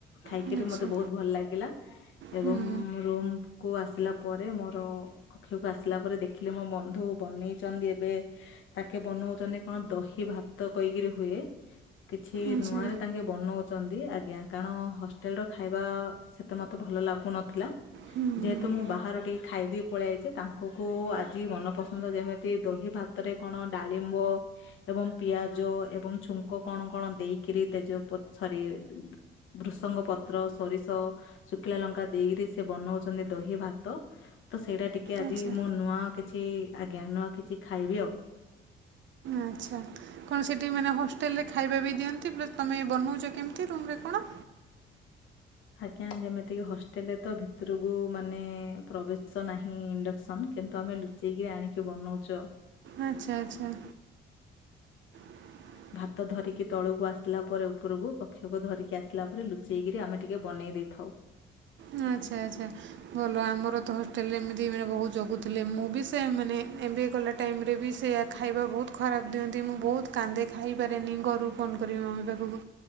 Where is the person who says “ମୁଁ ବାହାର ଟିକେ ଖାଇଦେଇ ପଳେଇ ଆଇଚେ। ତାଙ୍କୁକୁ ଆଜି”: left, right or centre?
Left